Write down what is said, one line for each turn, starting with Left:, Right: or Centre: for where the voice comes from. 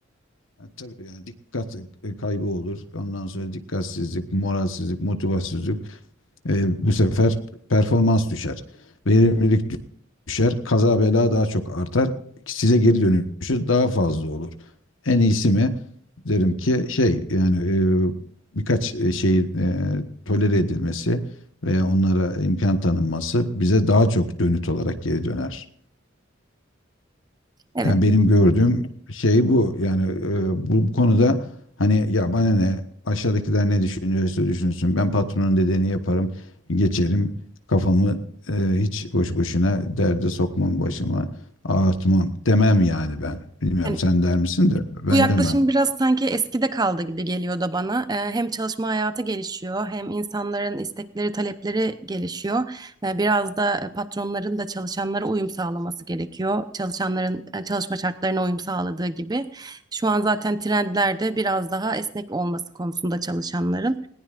Left: Ha, tabii yani dikkat e, kaybı olur. Ondan sonra dikkatsizlik, moralsizlik, motivasyonsuzluk. E, bu sefer performans düşer. Verimlilik düşer. Kaza bela daha çok artar. Size geri dönüşü daha fazla olur. En iyisi mi? Derim ki şey yani e, birkaç e, şeyin e, tolere edilmesi veya onlara imkan tanınması bize daha çok dönüt olarak geri döner.
Right: Evet.
Left: Yani benim gördüğüm şey bu. Yani e, bu konuda hani ya bana ne aşağıdakiler ne düşünüyorsa düşünsün. Ben patronun dediğini yaparım, geçerim. Kafamı e, hiç boş boşuna derde sokmam başıma, ağartmam demem yani ben. Bilmiyorum
Right: Yani
Left: sen der misin de ben
Right: Bu yaklaşım
Left: demem.
Right: biraz sanki eskide kaldı gibi geliyor da bana. Ee, hem çalışma hayatı gelişiyor, hem insanların istekleri, talepleri gelişiyor. Ee, biraz da patronların da çalışanlara uyum sağlaması gerekiyor. Çalışanların e, çalışma şartlarına uyum sağladığı gibi. Şu an zaten trendlerde biraz daha esnek olması konusunda çalışanların.